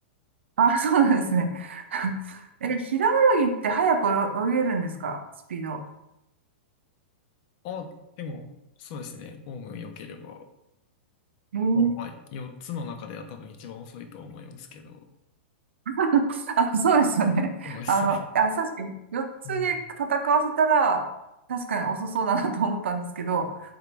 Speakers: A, on the right; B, on the left.
A: あ、そうなんですね。<laughs> え、平泳ぎって早く泳げるんですかスピード。
B: あ、でも、そうですね。ホーム良ければ
A: えー
B: まあまあ、4つの中では多分一番遅いと思いますけど。
A: <laughs> あ、そうですよね。
B: そうですね。
A: あの、あ、確かに、4つで戦わせたら、
B: うん。
A: 確かに遅そうだなと思ったんですけど、